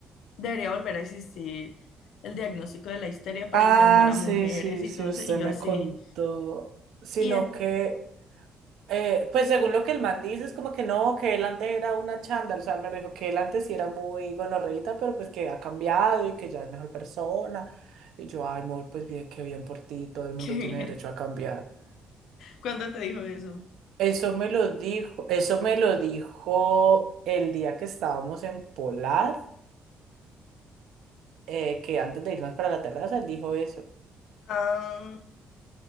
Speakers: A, on the left (about 80°); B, on the right (about 75°).
A: debería volver a existir el diagnóstico de la histeria para
B: Ah,
A: internar a mujeres
B: sí, sí,
A: y
B: sí,
A: todo
B: usted
A: eso, y yo
B: me
A: así,
B: contó. Sino
A: y eh,
B: que, eh, pues según lo que el man dice, es como que no, que él antes era una chándal, o sea, él me lo dijo que él antes sí era muy gonorreíta, pero pues que ha cambiado y que ya es mejor persona. Y yo, ay, amor, pues bien, qué bien por ti, todo el mundo
A: <laughs> qué
B: tiene
A: bien,
B: derecho a cambiar.
A: ¿cuándo te dijo eso?
B: Eso me lo dijo, eso me lo dijo el día que estábamos en Polar, eh, que antes de irnos para la terraza, él dijo eso.
A: Ah,